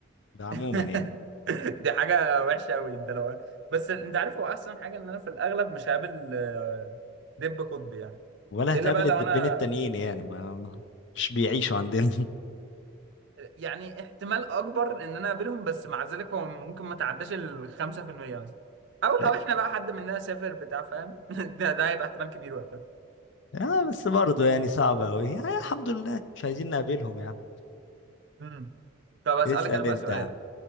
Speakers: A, on the left; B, on the right.
A: ده عموما
B: <laughs>
A: يعني
B: دي حاجه وحشه قوي انت لو بس انت عارف هو احسن حاجه ان انا في الاغلب مش هقابل آه، دب قطبي يعني
A: ولا
B: الا
A: هتقابل
B: بقى لو
A: الدبين
B: انا
A: التانيين يعني ما ما- مش بيعيشوا عندنا
B: يعني احتمال اكبر ان انا اقابلهم بس مع ذلك هو ممكن ما تعداش ال 5% مثلا او لو
A: <laughs>
B: احنا بقى حد مننا سافر بتاع فاهم <laughs> ده ده هيبقى احتمال كبير وقتها
A: اه بس برضه يعني صعبة أوي يعني الحمد لله مش عايزين نقابلهم يعني
B: امم طب اسالك
A: اسأل
B: انا بقى
A: انت
B: سؤال
A: يا عم